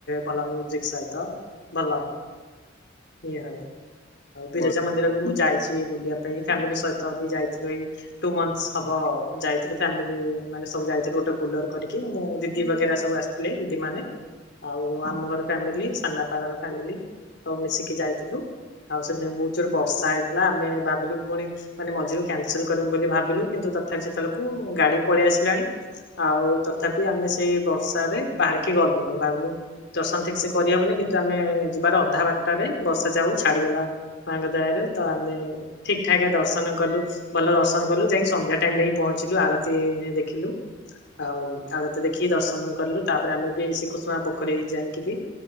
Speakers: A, on the left; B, on the left.
A: ଭଲ ମିକ ସହିତ ଭଲ। ଇଏ ହ ଆଉ ବିରଜା
B: ବହୁତ
A: ମନ୍ଦିର
B: ଭଲ କ
A: ବି ମୁଁ ଯାଇଛି ବୁଲିବା ପାଇଁ ଫ୍ୟାମିଲି ସହିତ ବି ଯାଇଥିଲୁ ଏଇ ତୁ ମଂଥ ହବ ଯାଇଥିଲ ଫାମିଲ ଯାଇଥିଲୁ ମାନେ ସବୁ ଯାଇଥିଲୁ ଗୋଟେ ବୁଲର କରିକି ମୁଁ ଦିଦି ବଗେରା ସବୁ ଆସିଥିଲ। ଥିଲେ ଦିଦି ମାନେ ଆଉ ଆମ ଘର ଫ୍ୟାମିଲି ସନାପର ଫ୍ୟାମିଲି ସବୁ ମିଶିକି ଯାଇଥିଲୁ। ଆଉ ସେଥିିନ ବହୁତ ଜୋର ବର୍ଷା ହେଇଥିଲା ଆମେ ଭାବିଲୁ ପୁଣି ମାନେ ମଝିରୁ କ୍ୟାନସେଲ କରିବୁ। ବୋଲି ଭାବିଲୁ କିନ୍ତୁ ତଥାପି ସେତେବେଳକୁ ଗାଡି ପଳେଇ ଆସିଲାଣି। ଆଉ ତଥାପି ଆମେ ସେଇ ବବର୍ଷା ରେ ବାହାରିକି ଗଲୁ ଭାବିଲୁ ଦର୍ଶନ ଠିକ ସେ କରିହବନି କିନ୍ତୁ ଆମେ ଯିବାର ଅଧା ବାରଟାରେ ବର୍ଷା ଯା ହାଉ ଛାଡିଗଲା। ମାଙ୍କ ଦୟ ରାରୁ ତ ଆମେ ଠିକ ଠାକ ଦର୍ଶନ କଲୁ ଭଲ ଦର୍ଶନ ଗଲୁ ଯାଇକି ସନ୍ଧ୍ୟା ଟାଇମ ରେ ହିଁ ପହଞ୍ଚିଲୁ ଆଳତି ଦେଖିଲୁ। ଆଉ ଆଳତୀ ଦେଖିକି ଦର୍ଶନ କରଲୁ ତାପରେ ଆମେ ବି ସେ କୁସୁମା ପୋଖରୀ ଯାଇକି ବି